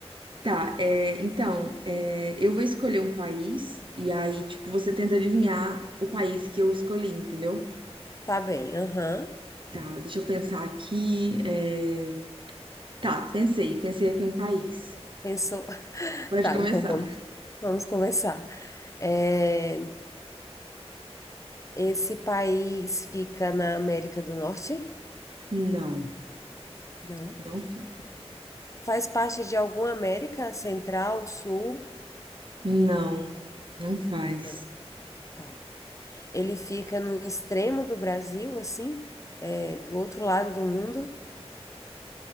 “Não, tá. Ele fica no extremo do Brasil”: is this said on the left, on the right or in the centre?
Left